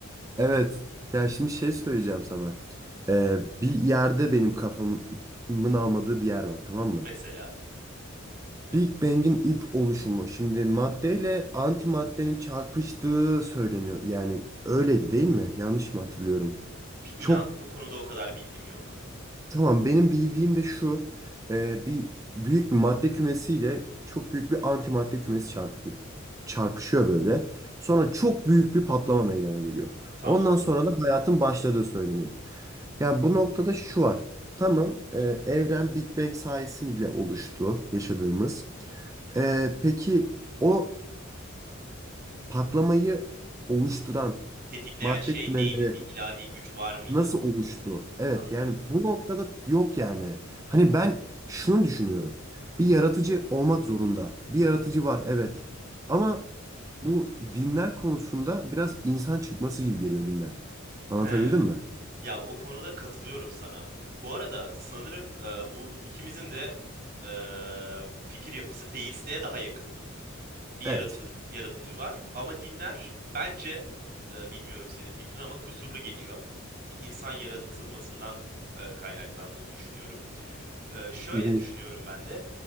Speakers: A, on the right; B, on the right.
A: Evet. Ya şimdi şey söyleyeceğim sana. Ee, bir yerde benim kafamın almadığı bir yer var tamam mı?
B: Mesela
A: Big Bang'in ilk oluşumu. Şimdi maddeyle antimaddenin çarpıştığı söyleniyor. Yani öyleydi değil mi? Yanlış mı hatırlıyorum?
B: bir inan
A: Çok
B: bu konuda o kadar bilgim yok.
A: tamam benim bildiğim de şu. Ee, bir büyük bir madde kümesiyle çok büyük bir antimadde kümesi çarpı- çarpışıyor böyle. Sonra çok büyük bir patlama meydana geliyor.
B: Tamam.
A: Ondan sonra da hayatın başladığı söyleniyor. Ya bu noktada şu var. Tamam, e, evren Big Bang sayesiyle oluştu yaşadığımız. E, peki o patlamayı oluşturan
B: Tetikleyen
A: madde
B: şey
A: kümeleri
B: neydi? Bir ilahi güç var mıydı?
A: nasıl oluştu? Evet,
B: Anladım.
A: yani bu noktada yok yani. Hani ben şunu düşünüyorum. Bir yaratıcı olmak zorunda. Bir yaratıcı var, evet. Ama bu dinler konusunda biraz insan çıkması gibi geliyor dinler. Anlatabildim
B: He.
A: mi?
B: Ya o konuda katılıyorum sana. Bu arada sanırım e, bu ikimizin de e, fikir yapısı deistliğe daha yakın. Bir
A: Evet.
B: yaratı, yaratıcı var ama dinler bence e, bilmiyorum senin fikrin ama kusurlu geliyor. Bir insan yaratılmasından e, kaynaklandığını düşünüyorum. Ee, şöyle
A: Hı hı.
B: düşünüyorum ben de.